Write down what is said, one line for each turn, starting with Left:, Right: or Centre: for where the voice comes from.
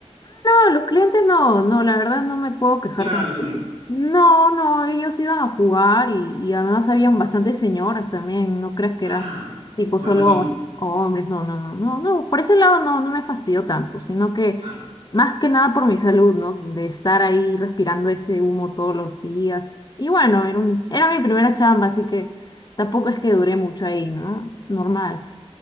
Left: No, los clientes no, no, la verdad no me puedo quejar
Right: Iban
Left: tampoco.
Right: a lo suyo.
Left: No, no, ellos iban a jugar y, y además habían bastantes señoras también, no creas que
Right: Ah,
Left: eran tipo
Right: jugando
Left: solo
Right: bingo.
Left: hombres, no, no, no, no, no, por ese lado no, no me fastidió tanto, sino que
Right: Ah,
Left: más que nada por mi salud, ¿no? De estar ahí respirando ese humo todos los días. Y bueno, era un, era mi primera chamba, así que tampoco es que duré mucho ahí, ¿no? Normal.